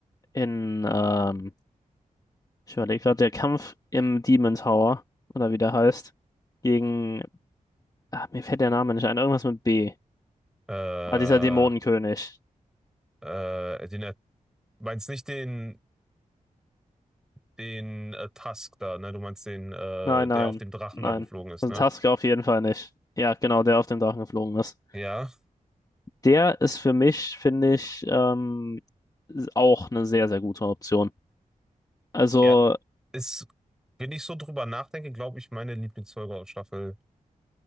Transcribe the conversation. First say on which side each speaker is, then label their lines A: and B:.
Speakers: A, on the left; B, in the centre.
A: in, ähm, Ich überlege gerade, der Kampf im Demon Tower, oder wie der heißt, gegen. Ah, mir fällt der Name nicht ein. Irgendwas mit B.
B: Äh,
A: Ah, dieser Dämonenkönig.
B: äh, den, er- meinst nicht den, den äh, Tusk da, ne? Du meinst den, äh,
A: Nein,
B: der
A: nein,
B: auf dem Drachen
A: nein.
B: da geflogen ist,
A: Also
B: ne?
A: Tusk auf jeden Fall nicht. Ja, genau, der auf dem Drachen geflogen ist.
B: Ja.
A: Der ist für mich, finde ich, ähm, auch eine sehr, sehr gute Option. Also
B: Ja, ist, wenn ich so drüber nachdenke, glaube ich, meine Lieblingsfolge aus Staffel